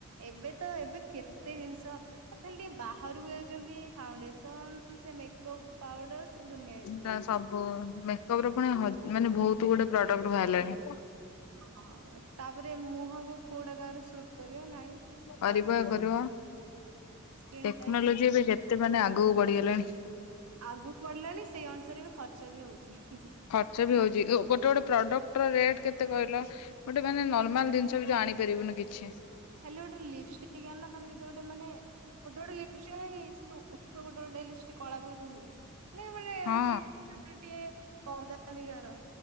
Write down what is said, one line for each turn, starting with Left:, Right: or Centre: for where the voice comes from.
Right: ଏବେ ତ ଏବେ କେତେ ଜିନିଷ ଏ ଖାଲି ଟିକେ ବାହାରକୁ ଯାଉଛୁ। ଯେମିତି ଏ ଫାଉଣ୍ଡେସନ ସେ ମେକ୍ ପାଉଡର। ସେ ଦୁନିଆ ଜିନିଷ
Left: ତା
Right: ଲଗାଉଛନ୍ତି।
Left: ସବୁ ମେକପ ର ପୁଣି ହ ମାନେ ବହୁତ ଗୁଡେ ପ୍ରଡକ୍ଟ ବାହାରିଲାଣି।
Right: ହଁ ତାପରେ ମୁହଁ ‌ ଯୋଉ ପୋଡ଼େ କହାର ସୁଟ କରିବ ନାଇଁ।
Left: କରିବ ଇଏ କରିବ
Right: ସ୍କିନ୍
Left: ଟେକ୍ନୋଲୋଜି
Right: ଟାଇପ
Left: ଏବେ କେତେ ମାନେ ଆଗକୁ ବଢିଗଲାଣି।
Right: ଆଗକୁ ବଢିଲାଣି ସେଇ ଅନୁସାରେ ବି ଖର୍ଚ୍ଚ ବି ହଉଛି ହିଁ ହିଁ।
Left: ଖର୍ଚ୍ଚ ବି ହଉଛି ଗୋଟେ ଗୋଟେ ପ୍ରଡକ୍ଟ ର ରେଟ କେତେ କହିଲ। ଗୋଟେ ମାନେ ନର୍ମାଲ ଜିନିଷ ବି ତ ଆଣିପାରିବୁନି କିଛି।
Right: ଖାଲି ଗୋଟେ ଲିପଷ୍ଟିକ୍ ଆଣିନା ତମେ ଯମେତି ଗୋଟେ ମାନେ। ଗୋଟେ ଗୋଟେ ଲିପଷ୍ଟିକ କଣ କି ସେ ଯୋଉ ଓଠ ଗୋଟେ ଗୋଟେ ଲିପଷ୍ଟିକ କଳା ପକେଇ ଦଉନି କି। ନାଇଁ ମାନେ ହଉଛି
Left: ହଁ
Right: ଯୋଉ ଟିକେ କମ ଦାମିକାର